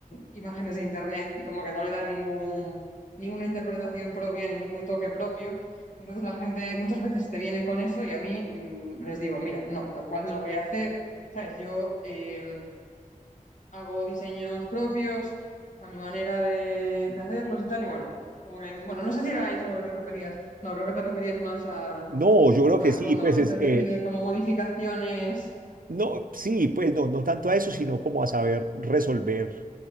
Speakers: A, on the left; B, on the right.
A: imágenes de internet y como que no le dan ningún, ninguna interpretación propia ni ningún toque propio. Entonces la gente muchas veces te viene con eso y a mí mm, les digo, mira, no, tal cual no lo voy a hacer. ¿Sabes? Yo, eh, hago diseños propios, a mi manera de, de hacerlos y tal, y bueno, como que hay bueno, no sé si era eso a lo que te referías, no, creo que te referías más a,
B: no, yo creo
A: a
B: que sí,
A: cuando
B: pues
A: la gente
B: es,
A: te
B: eh,
A: pide como modificaciones,
B: no, sí, pues no, no tanto a eso, sino como a saber resolver